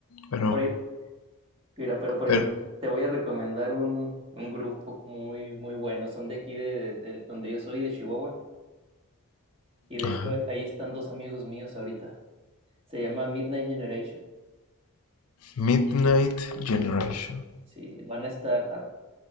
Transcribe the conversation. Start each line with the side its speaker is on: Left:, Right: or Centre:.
Left: pero,
Right: Por, e Mira, pero por
Left: pero,
Right: ejemplo, te voy a recomendar un, un grupo muy, muy bueno. Son de aquí, de, de- de donde yo soy, de Chihuahua. Y de
Left: ajá.
Right: hecho, ahí ahí están dos amigos míos ahorita. Se llama Midnight Generation.
Left: Midnight Generation.
Right: Sí, van a estar, ah,